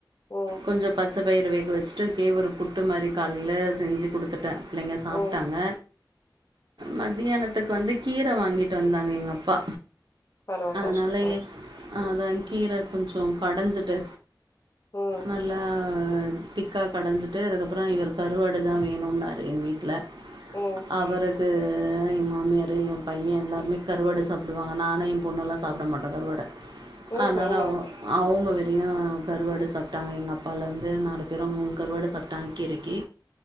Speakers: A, on the left; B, on the right.
A: ம்,
B: கொஞ்ச பச்சை பயிற வேக்க வச் சு கேவுரு புட்டு மாரி காலையில செஞ்சு கொடுத்துட்ட பிள்ளைங்க சாப்ட்டாங்க
A: ம்.
B: மத்தியானத்துக்கு வந்து கீர வாங்கிட்டு வந்தாங்க எங்க அப்பா
A: பரவால்ல
B: அதனாலயே
A: சூப்பர்.
B: அ அதா கீர கொஞ்சோ கடஞ்சிட்டு
A: ம்,
B: நல்லா திக்கா கடஞ்சிட்டு அதுக்கப்புறோ இவர் கருவாடு தா வேணுன்னாரு எங்க வீட்ல
A: ம்
B: அவருக்கு எங்க மாமியாரு எ பையன் எல்லாருமே கருவாடு சாப்புடுவாங்க நானு பொண்ணெல்லா சாப்பட மாட்டோ கருவாட
A: ம்ஹ்ம்.
B: அதனால அவு அவுங்க வெள்ள கருவாடு சாப்ட்டாங்க இவுங்க அப்பாலருந்து நாலு அப்றோ கருவாடு சாப்டாங்க கீரைக்கி